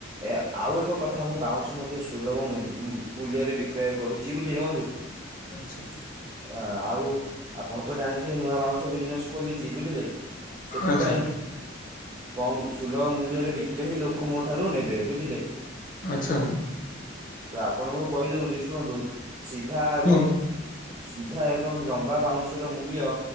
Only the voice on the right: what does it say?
ଏ ଆଉ ଏକ କଥା ମୁଁ ବାଉଁଶ ମଧ୍ୟ ସୁଲଭ ମୂଲ୍ୟରେ ବିକ୍ରୟ କରୁଛି ବୁଝିଲେ ବନ୍ଧୁ।
ଆ ଆଉ ଆପଣ ତ ଜାଣିଥିବେ ନୂଆ ବାଉଁଶ ବିଜନେସ ଖୋଲିଛି ବୁଝିଲେ। ସେଥିପାଇଁ
କମ ସୁଲଭ ମୂଲ୍ୟରେ ବିକିଲେ ହିଁ ଲୋକ ମୋ ଠାରୁ ନେବେ ବୁଝିଲେ।
ତ ଆପଣଙ୍କୁ କହିଦଉଛି ଶୁଣନ୍ତୁ ସିଧା
ଏବଂ ସିଧା ଏବଂ ଲମ୍ବା ବାଉଁଶର ମୂଲ୍ୟ